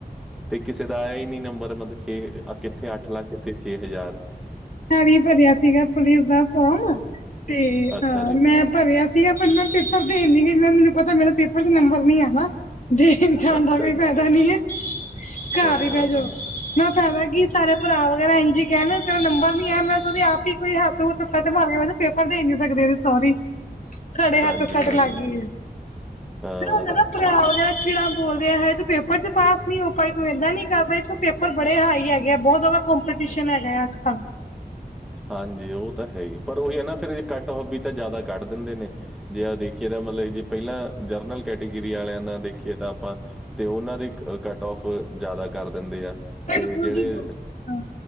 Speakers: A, in the centre; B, on the left.
A: ਤੇ ਕਿਸੇ ਦਾ ਆਇਆ ਹੀ ਨੀ ਨੰਬਰ ਮਤਲਬ ਛੇ ਕਿੱਥੇ ਅੱਠ ਲੱਖ ਕਿੱਥੇ ਛੇ ਹਜ਼ਾਰ
B: ਹਰੀ ਭਰਿਆ ਸੀਗਾ ਪੁਲਿਸ ਦਾ ਫੋਮ ਤੇ
A: ਅੱਛਾ
B: ਹ
A: ਜੀ
B: ਮੈਂ ਭਰਿਆ ਪਰ ਮੈਂ ਪੇਪਰ ਦੇਣਦੀ ਮੈਨੂੰ ਪਤਾ ਮੇਰਾ ਪੇਪਰ ਦੇ ਨੰਬਰ ਨੀ ਹੈਗਾ। ਜੇ ਇਨਸਾਨ
A: ਅੱਛਾ
B: ਦਾ ਕੋਈ
A: ਜੀ
B: ਫੈਦਾ ਨੀ ਹੈ ਘਰ
A: ਹਾਂ
B: ਹੀ
A: ਹਾਂ
B: ਪੈ ਜਾਓ
A: ਹਾਂ
B: ਮੈਂ ਫੈਦਾ ਕਿ ਸਾਰੇ ਭਰਾ ਵਗੈਰਾ ਇੰਜੀ ਕੈਣ ਤੇਰਾ ਨੰਬਰ ਨੀ ਐ ਮੈਂ ਦੇ ਆਪ ਹੀ ਕੋਈ ਹੱਥ ਹੁਥ ਛੱਡ ਮਾਰ ਮੈ ਪੇਪਰ ਦੇ ਨੀ ਸਕਦੇ ਸੋਰੀ ਖੜੇ ਹੱਥ
A: ਹਾਂਜੀ
B: ਸਾਡ
A: ਹਾਂਜੀ
B: ਲੱਗਈ ਆ
A: ਹਾਂ
B: ਫਿਰ ਹੋ ਜਾਂਦਾ ਨਾ ਭਰਾ
A: <inaudible>
B: ਵਗੈਰਾ ਚਿੜਾ ਬੋਲ ਰਿਆ ਹੈ ਤੂੰ ਪੇਪਰ ਚ ਪਾਸ ਨੀ ਹੋ ਪਾਈ ਤੂੰ ਏਨਾ ਨੀ ਕਰ ਪਾਈ ਤੂੰ ਪੇਪਰ ਬੜੇ ਹਾਈ ਹੈਗੇ ਐ ਬਹੁ ਜ਼ਾਦਾ ਕੌਂ ਕੰਪਟੀਸ਼ਨ ਹੈਗਾ ਅੱਜ ਕੱਲ।
A: ਹਾਂਜੀ ਓ ਤਾਂ ਹੈ ਹੀ ਪਰ ਓਹੀ ਐ ਨਾ ਫਿਰ ਕੱਟ <unintelligible> ਵੀ ਤਾਂ ਜ਼ਾਦਾ ਕੱਢ ਦਿੰਦੇ ਨੇ। ਜੇ ਦੇਖੀਏ ਤਾਂ ਮਤਲਬ ਕੇ ਪੈਲਾਂ ਜਨਰਲ ਕੈਟੇਗਰੀ ਆਲੇਆਂ ਨਾਲ ਦੇਖੀਏ ਤਾਂ ਆਪਾਂ ਤੇ ਓਨਾਂ ਦੀ ਕੱਟ ਔਫ ਜ਼ਾਦਾ ਕਰ ਦਿੰਦੇ ਆ,
B: ਬਿਲਕੁਲ
A: ਤੇ ਜੇੜੇ
B: ਜੀ ਬਿਲਕੁਲ।